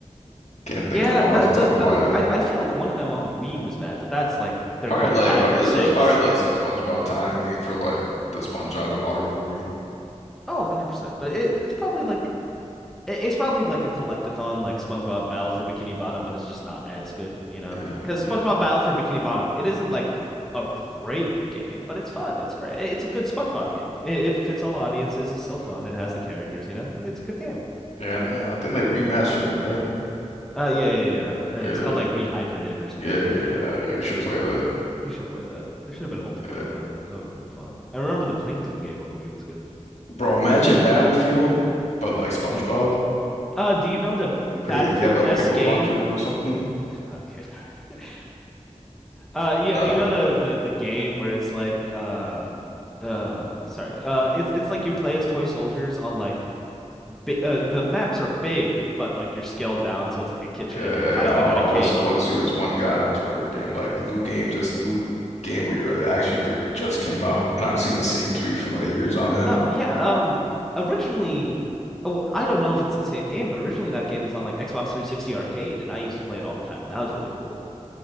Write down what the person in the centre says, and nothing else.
Yeah,
the
the,
the
I, I feel like one of them on the Wii was bad, but that's like they're
going
five
for six.
Oh, 100%. But it, it's probably like it- it's probably like a collectathon like SpongeBob Battle for Bikini Bottom, but it's just not as good, you know?
Because
SpongeBob Battle for Bikini Bottom, it isn't like a great game, but it's fun. It's great. It's a good SpongeBob game. It, it fits all audiences. It's still fun. It has the characters, you know? It's a good game.
Uh, yeah, yeah, yeah. yeah. Uh,
It's called like Rehydrated or something.
We should play that. There should have been a multiplayer
mode in that. That would have been fun. I remember the Plankton game on the Wii was good.
Uh, do you know the
Battlefield
S
game?
<laughs> Okay. <laughs> Uh, yeah,
you know the the the game where it's like uh the sorry uh it's it's like you play as toy soldiers on like bi uh, the maps are big but like you're scaled down so it's like a kitchen
and you're
fighting
on a cake.
No, yeah, um originally oh, I don't know if it's the same game but originally that game was on like Xbox 360 Arcade and I used to play it all the time and that was really cool.